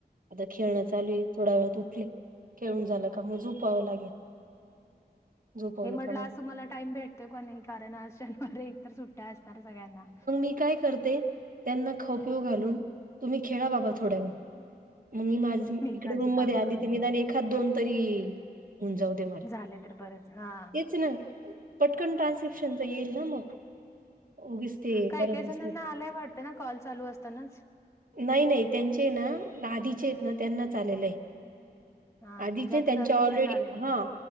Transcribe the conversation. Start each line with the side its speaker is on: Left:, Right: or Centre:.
Right: आता खेळणं चालू आहे थोडा वेळात उटली खेळून झालं का मग झोपावं लागेल झोपवलं
Left: मी म्हटलं
Right: का मग
Left: आज तुम्हाला टाइम भेटतोय काय नाही कारण आज शनिवारी आहे एकतर सुट्ट्या असणार सगळ्यांना
Right: ती काय करते? त्यांना खाऊ पिऊ घालून तुम्ही खेळा बाबा थोडा वेळ मग मी माझ इकडे
Left: मी माझी
Right: रूम
Left: कामं
Right: मध्ये आली
Left: करून
Right: ते
Left: घेते
Right: निदान एखाद दोन तरी होऊन जाऊ दे
Left: झाले तर बरंच हा
Right: तेच ना पटकन ट्रान्स्क्रिप्शनच येईल ना मग उगीच ते
Left: काही
Right: करत
Left: काही जणांना
Right: बसले तर
Left: आलाय वाटतं ना कॉल चालू असतानाच
Right: नाही नाही त्यांचे ना आधीचे आहेत ना त्यांनाच आलेले आहे
Left: हा
Right: आधिचे
Left: म्हणजे आता
Right: त्यांचे
Left: नवीन
Right: ऑलरेडी
Left: ज्यांना आले नाही
Right: हा.